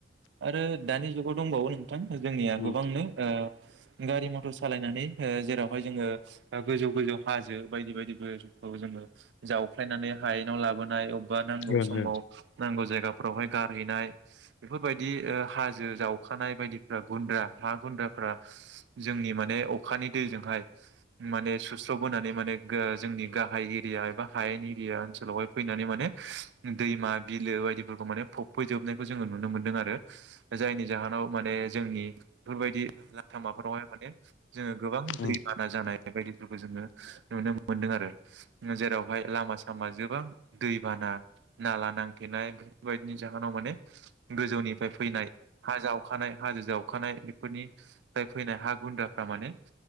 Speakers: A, on the right; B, on the left.
A: आरो दानि जुगाव दंबावो नों थां जोंनिया
B: ओं
A: गोबांनो गारि मथर सालायनानै ओ जेरावहाय जोंङो गोजौ-गोजौ हाजो बायदि- बायदिफोरखौ जोंङो जावफ्लायनानै हायेनाव लाबोनाय अब आवबा नांगौ
B: ओं
A: समाव
B: ओं
A: नांगौ जायगाफोरावहाय गारहैनाय बेफोरबायदि ओ हाजो जावखानाय बायदिफ्रा गुन्द्रा हा गुन्द्राफ्रा जोंनि माने अखानि दैजोंहाय माने सुस्रबोनानै माने ग जोंनि गाहाय एरिया एबा हायेन एरिया ओनसोलावहाय फैनानै माने दैमा बिलो बायदिफोरखौ माने फबफैजोबनायखौ जोंङो नुनो मोनदों आरो जायनि जाहोनाव माने जोंनि बेफोरबायदि लामाफोरावहाय माने जोङो गोबां
B: उम
A: दैबाना जानाय बायदिफोरखौ जोङो नुनो मोनदों आरो जेरावहाय लामा सामा जोबां दैबाना नाला नां थेनाय बेफोरबायदिनि जा होनाव माने गोजौनिफ्राय फैनाय हा जावखानाय हाजो जावखानाय बेफोरनिफ्राय फैनाय हा गुन्द्राफ्रा माने